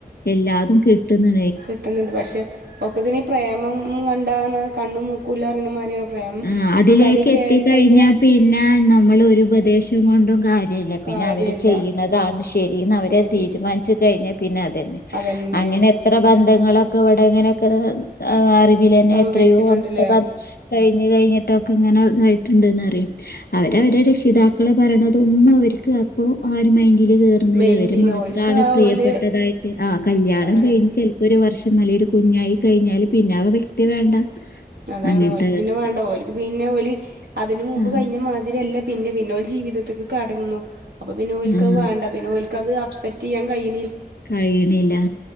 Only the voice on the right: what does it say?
കിട്ടുന്നുണ്ട് പക്ഷെ ഒക്കത്തിന് ഈ പ്രേമം കണ്ടാ കണ്ണും മൂക്കൂല്ല അറിയുന്ന മാതിരിയാണ് പ്രേമം
തലേ കയറി
കഴിഞ്ഞ
കാര്യല്ല
ശരി
അതന്നെ
സംഭവിച്ചിട്ടുണ്ടല്ലേ
മെയിന്റില്ല
ഓൽക്ക് ആ
ഓല്
അതാണ്
അതാണ്
ഓലക്ക്
പിന്നെ വേണ്ട ഓക്ക് പിന്നെ ഓല് അതിന് മുമ്പ്
കഴിഞ്ഞ മാതിരില്ല പിന്നെ പിന്നോൽ ജീവിതത്തേക്ക് കടന്നുന അപ്പൊ പിന്നോലക്ക്ത്
വേണ്ട പിന്നോലക്ക് അത് അപ്സെറ്റ് ചെയ്യാൻ കഴി